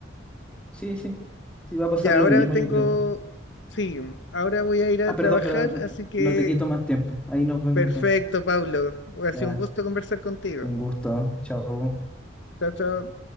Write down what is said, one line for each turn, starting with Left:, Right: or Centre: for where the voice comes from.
Centre: sí, sí, sí va a pasar
Left: ya
Centre: lo
Left: ahora
Centre: mismo,
Left: me tengo,
Centre: yo creo.
Left: sí, ahora voy a ir a
Centre: Ah, perdón,
Left: trabajar,
Centre: perdón, no,
Left: así que
Centre: no te quito más tiempo. Ahí nos vemos
Left: perfecto,
Centre: entonces.
Left: Pablo. Ha
Centre: Ya,
Left: sido un gusto conversar contigo.
Centre: un gusto, ¿eh? Chao.
Left: Chao, chao.